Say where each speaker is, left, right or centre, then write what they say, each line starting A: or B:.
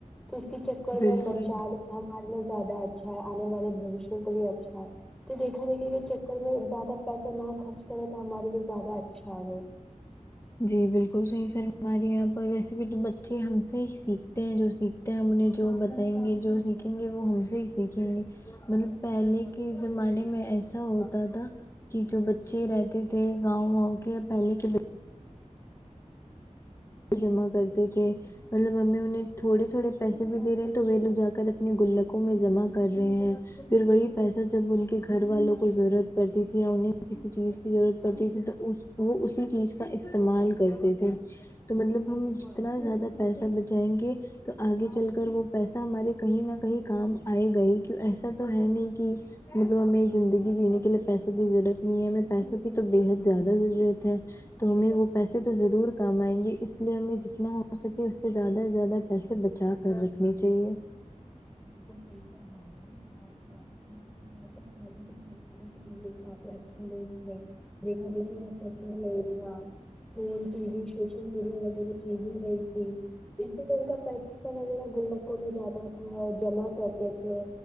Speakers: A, in the centre; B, on the left.
A: تو اس کے چکر
B: بالکل
A: میں ہم بچے آنے مارے میں زیادہ اچھا ہے آنے والے بھشیہ کے لیے اچھا ہے تو دیکھا دیکھے کہ چکر میں زیادہ پیسہ نہ خرچ کرے تو ہمارے لیے زیادہ اچھا ہے
B: جی بالکل صحیح فرما رہی آپ پر ویسے بھی تو بچے ہم سے ہی سیکھتے ہیں جو سک ہم انہیں جو بتائیں گے جو سیکھیں گے وہ ہم سے ہی سیکھیں گے مطلب پہلے کے زمانے میں ایسا ہوتا تھا کہ جو بچے رہتے تھے گاؤں واؤں کے یا پہلے کے با جمع کرتے تھے مطلب امی انہیں تھوڑے تھوڑے پیسے بھی دے رہے ہیں تو وہ لوگ جا کر اپنے گلکوں میں جمع کر رہے ہیں پھر وہی پیسہ جب ان کے گھر والوں کو ضرورت پڑتی تھی یا انہیں کسی چیز کی ضرورت پڑتی تھی تو وہ اسی چیز کا استعمال کرتے تھے تو مطلب
A: بالکل
B: ہم جتنا زیادہ پیسہ بچائیں گے تو آگے چل کر وہ پیسہ ہمارے کہیں نہ کہیں کام آئے گئی کیوں ایسا تو ہے نہیں کہ مطلب ہمیں زندگی جینے کے لیے پیسوں کی ضرورت نہیں ہے ہمیں پیسوں کی تو بےحد زیادہ ضرورت ہے تو ہمیں وہ پیسے تو ضرور کام ائیں گے اس لیے ہمیں جتنا ہو سکے اس سے زیادہ سے زیادہ پیسے بچا کر رکھنے چاہیے
A: بالکل صحیح فرما رہے آپ <unintelligible> ای ج تو پہلے کے زمانے میں کافی اچھے ل تھے دیکھا دیکھی کا چکر نہیں تھا phone T V social media وغیرہ چیزیں نہیں تھی اس لیے ان کا پیسہ وغیرہ گلکوں میں جاتا تھا جمع کرتے تھے